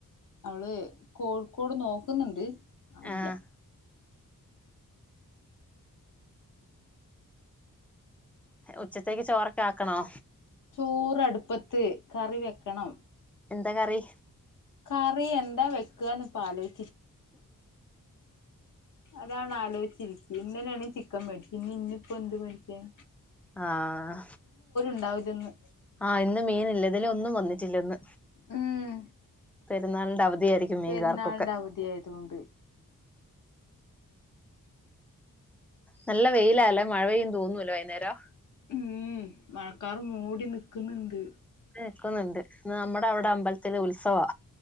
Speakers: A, on the left; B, in the centre.
A: അവൾ കോഴിക്കോട് നോക്കുന്നുണ്ട് ആയില്ല
B: ആഹ് ഉച്ചത്തെക്ക് ചോറൊക്കെ ആക്കണോ
A: ചോർ അടുപ്പത്ത് കറി വെക്കണം
B: എന്താ കറി
A: കറി എന്താ വെക്കുവാന്ന് ഇപ്പോ ആലോയി അതാണ് ആലോയിച്ചിരിക്ക് ഇന്നലെയാണെ ചിക്കൻ വേടിച്ച് ഇനി ഇനിപ്പ എന്ത് മേടിക്കാൻ
B: ആഹ്
A: ഉണ്ടാവില്ലന്ന്
B: ആഹ് ഇന്ന് മീനില്ല ഇന്നലെ ഒന്നും വന്നിട്ടില്ലെന്ന്
A: ഉം
B: പെരുന്നാളിന്റെ അവ ധി ആയിരിക്കും മീൻക്കാർക്ക്
A: പെരുന്നാളിന്റെ
B: ഒക്കെ
A: അവധിയായതുകൊണ്ട്
B: നല്ല വെയില അല്ലെ മഴ പെയ്യുന്നു തോന്നുല്ലാ വൈന്നേരം
A: ഉം മഴക്കാർ മൂടി നിക്കുന്നുണ്ട്
B: നിക്കുന്നുണ്ട് ഇന്ന് നമ്മടെ അവിടെ അമ്പലത്തിൽ ഉത്സവാ